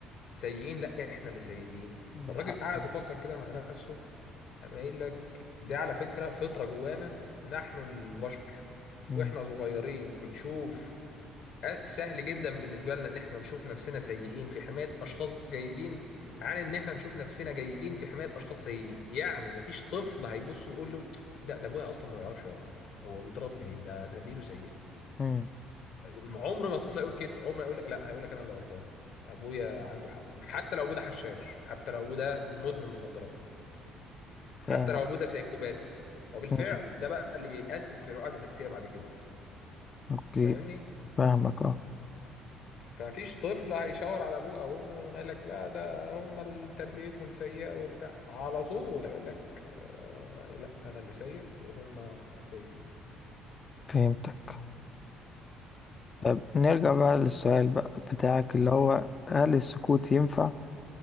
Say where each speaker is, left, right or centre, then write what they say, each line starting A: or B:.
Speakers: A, on the left; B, on the left.
A: سيئين لا احنا اللي سيئين
B: من
A: فالراجل
B: حقهم
A: قعد وفكر كده مع نفسه قام قايل لك دي على فكرة فطرة جوانا نحن البشر
B: مم.
A: واحنا صغيرين بنشوف سهل جدا بالنسبة لنا ان احنا نشوف نفسنا سيئين في حماية اشخاص جيدين عن ان احنا نشوف نفسنا جيدين في حماية اشخاص سيئين يعني مفيش طفل هيبص يقول له ده ده ابويا اصلا ما بيعرفش يربي هو بيضربني ليه ده تربيته سيئة
B: مم.
A: عمر ما طفل هيقول كده عمر هيقول لا هيقول لك انا اللي غلطان ابويا عنده حق حتى لو ابوه ده حشاش حتى لو ابوه ده مدمن مخدرات
B: فاهمك
A: حتى لو ابوه ده سايكوباتي وبالفعل
B: مم.
A: ده بقى اللي بيأسس للعقد النفسية بعد كده
B: اوكي
A: فاهمني
B: فاهمك اه
A: فمفيش طفل هيشاور على ابوه او امه وما يقول لك لا ده هم اللي تربيتهم سيئه وبتاع على طول اقول لك آه لا انا اللي سيء وهم كويسين
B: فهمتك طب نرجع بقى للسؤال بقى بتاعك اللي هو هل السكوت ينفع